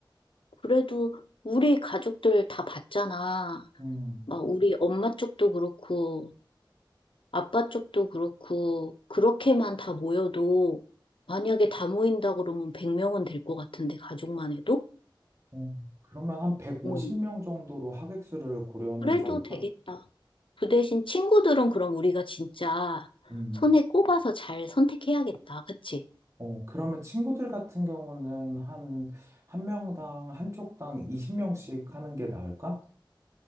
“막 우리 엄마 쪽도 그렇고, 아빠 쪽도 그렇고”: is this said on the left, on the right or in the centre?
Left